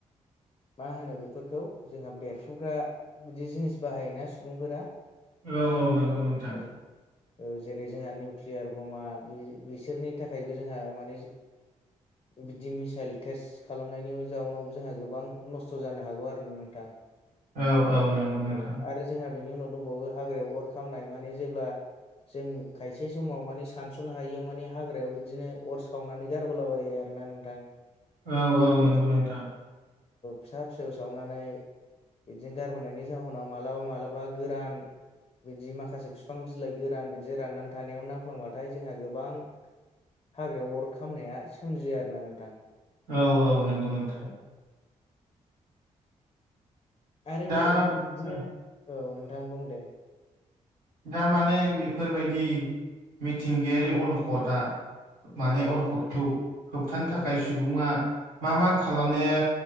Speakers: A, on the left; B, on the right.
A: मा होनो बेफोरखौ जोंहा बेरफुग्रा बिदि जिनिस बाहायोना सुबुंफोरा
B: औ औ नोंगौ नोंथां।
A: औ जेरै जोंहा निउकलियार बमा बिसोरनि थाखायबो जोंहा माने बिदि मिसाइल टेस्ट खालामनायनि जाउनावबो जोंहा गोबां नस्थ' जानो हागौ आरो ना नोंथां।
B: औ औ नोंगौ नोंथां।
A: औ आरो जोंहा बेनि उनाव दंबावो हाग्रायाव अर खामनाय माने जेब्ला जों खायसे समाव माने सानस'नो हायियाव माने हाग्रायाव बिदिनो अर सावनानै गारबोलाबायो आरो ना नोंथां
B: औ औ
A: बिदिनो
B: नंगौ नोंथां
A: फिसा फिसौ सावनानै बिदिनो गारबोनायनि जाहोनाव मालाबा मालाबा गोरान बिदि माखासे बिफां बिलाइ गोरान बिदि राननानै थानायाव नांफ्लांबाथाय जोंहा गोबां हाग्रायाव अर खामनाया सोमजियो आरना नोंथां।
B: औ औ नंगौ नोंगौ।
A: <unintelligible> आरो
B: दा
A: बे
B: औ
A: बिदिनो औ नोंथां बुं दे।
B: दामाने बेफोरबायदि मिथिंगायारि अलखदा माने
A: औ
B: अलखदखौ होबथानो थाखाय
A: औ
B: सुबुङा मा मा खालामनाया